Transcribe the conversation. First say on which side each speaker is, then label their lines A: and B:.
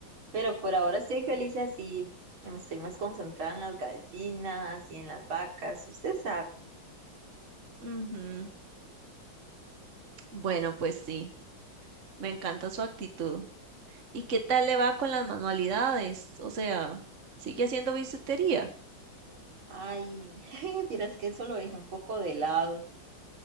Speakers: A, on the right; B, on the right.
A: pero por ahora estoy feliz así. Me estoy más concentrada en las gallinas y en las vacas, usted sabe.
B: Ujú. Bueno, pues sí, me encanta su actitud. ¿Y qué tal le va con las manualidades? O sea, ¿sigue haciendo bisutería?
A: Ay, <laughs> vieras que eso lo dejé un poco de lado.